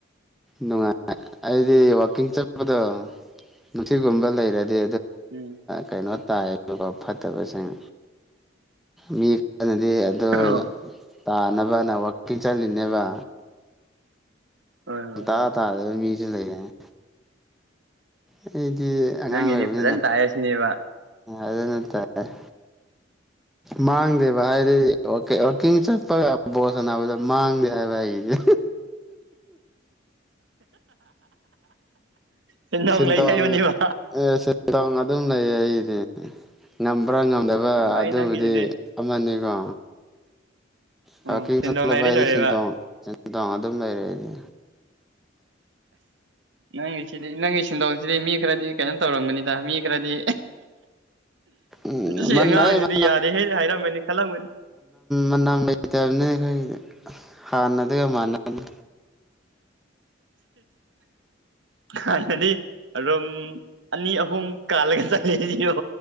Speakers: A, in the centre; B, on the right.
A: ꯅꯨꯡꯉꯥꯏ ꯑꯩꯗꯤ ꯋꯥꯛꯀꯤꯡ ꯆꯠꯄꯗꯣ ꯅꯨꯡꯁꯤꯒꯨꯝꯕ ꯂꯩꯔꯗꯤ
B: ꯎꯝ
A: ꯀꯩꯅꯣ ꯇꯥꯏꯌꯦꯕꯀꯣ ꯐꯠꯇꯕꯁꯤꯡ ꯃꯤ ꯑꯗꯨꯅꯗꯤ ꯑꯗꯨ
B: ꯑꯣ
A: ꯇꯥꯅꯕꯅ ꯋꯥꯛꯀꯤꯡ ꯆꯜꯂꯤꯠꯂꯤꯅꯦꯕ
B: ꯍꯣꯏ ꯍꯣꯏ
A: ꯇꯥ
B: ꯍꯣꯏ
A: ꯇꯥꯗꯕ ꯃꯤꯁꯨ ꯂꯩꯌꯦ ꯑꯩꯗꯤ ꯑꯉꯥꯡ
B: ꯅꯪꯒꯤꯗꯤ
A: ꯑꯣꯏꯔꯕꯅꯤꯅ
B: ꯐꯖꯅ ꯇꯥꯛꯑꯦ ꯁꯤꯅꯦꯕ
A: ꯑꯗꯨ ꯅ ꯇꯥꯏꯔꯦ ꯃꯥꯥꯡꯗꯦꯕ ꯍꯥꯏꯗꯤ ꯑꯣꯀꯤ ꯆꯠ ꯒ ꯕꯣꯁꯅꯥꯅꯕꯗ ꯃꯥꯡꯗꯦ ꯍꯥꯏꯕ ꯑꯩꯒꯤꯁꯦ
B: ꯁꯤꯗ
A: ꯁꯦꯟꯗꯣꯡ
B: ꯂꯩ ꯍꯥꯏꯏ ꯃꯅꯤꯕ
A: ꯑꯦ ꯁꯦ ꯇꯣꯡ ꯑꯗꯨꯝ ꯂꯩ ꯑꯩꯗꯤ ꯉꯝꯕ꯭ꯔꯥ ꯉꯝꯗꯕ꯭ꯔꯥ
B: ꯅꯨꯡꯉꯥꯏ
A: ꯑꯗꯨꯕꯨꯗꯤ
B: ꯅꯪꯒꯤꯁꯤꯗꯤ
A: ꯑꯃꯅꯤꯀꯣ ꯄꯥꯔꯀꯤꯡ
B: ꯎꯝ ꯁꯦꯟꯗꯣꯡ
A: ꯆꯠꯗꯕ
B: ꯂꯩꯔꯗꯤ
A: ꯍꯥꯏꯗꯤꯣꯡ
B: ꯂꯣꯏꯔꯦꯕ
A: ꯁꯤꯦꯟꯊꯣꯡ ꯑꯗꯨꯝ ꯂꯩꯔꯦ ꯑꯩꯗꯤ
B: ꯅꯪꯁꯤ ꯅꯪꯤꯁꯤꯟ ꯇꯧꯅꯁꯤ ꯃꯤ ꯈꯔꯥꯗꯤ ꯀꯩꯅꯣ ꯇꯧꯔꯝꯒꯅꯤꯗ ꯃꯤ ꯈꯔꯗꯤ
A: ꯎꯝ
B: ꯁꯤ
A: ꯃꯅꯃ
B: ꯑꯉꯥꯡꯁꯤꯗꯤ ꯌꯥꯗꯦ ꯍꯦ ꯍꯥꯏꯔꯝꯒꯅꯤ ꯈꯜꯂꯝꯒꯅꯤ
A: ꯃꯅꯥ ꯃ ꯂꯩ ꯍꯥꯥꯟꯅꯗꯒ ꯃꯅꯅ
B: <inaudible> ꯍꯥꯟꯅꯗꯤ ꯑꯗꯨꯝ ꯑꯅꯤ ꯑꯍꯨꯝ ꯀꯥꯜꯂꯒ ꯆꯠꯂꯤꯁꯤꯣ